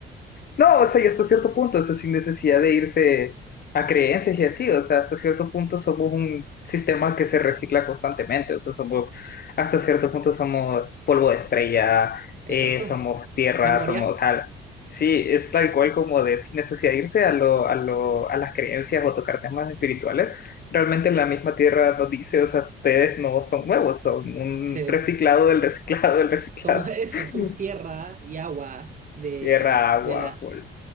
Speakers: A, on the left (about 50°); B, on the right (about 40°).
A: No, o sea, y hasta cierto punto, o sea, sin necesidad de irse a creencias y así, o sea, hasta cierto punto somos un sistema que se recicla constantemente, o sea, somos, hasta cierto punto somos polvo de estrella,
B: Exacto.
A: eh, somos tierra,
B: Memoria.
A: somos, o sea, sí, es tal cual como de sin necesidad de irse a lo, a lo, a las creencias o tocar temas espirituales, realmente la misma tierra nos dice, o sea, ustedes no son nuevos, son un
B: Sí.
A: reciclado del reciclado del reciclado,
B: Somos <laughs> eso,
A: <laughs>
B: somos tierra y agua de
A: tierra,
B: la,
A: agua,
B: de la,
A: polvo,